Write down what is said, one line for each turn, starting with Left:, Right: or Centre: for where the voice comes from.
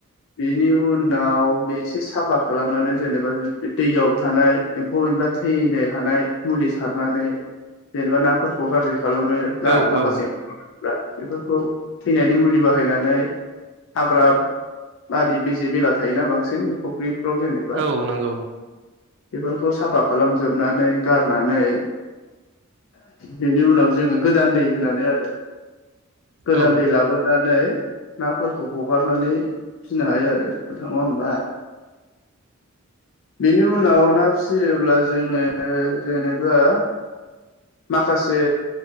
Left: बेनि उनाव बे एसे साफा खालामनानै जेनेबा दैयाव थानाय एम्फौ एनला थैनो हानाय मुलि सारनानै जेनेबा नाफोरखौ गाज्रि खालामो ना
Right: औ
Left: माखासे
Right: औ
Left: बेफोरखौ थैनानै मुलि बाहायनानै हाग्रा बारि बेजे बेला थायोना बांसिन बे फुख्रिफ्राव जेनेबा
Right: औ नंगौ
Left: बेफोरखौ साफा खालामजोबनानै गारनानै बेनि उनाव जों गोदान दै होनानै आरो गोदान
Right: औ
Left: दै लाबोनानै फिनानै नाफोरखौ हगारनानै फिसिनो हायो आरो नोंथां नङा होमबा बिनि उनाव ना फिसियोब्ला जोङो जेनेबा माखासे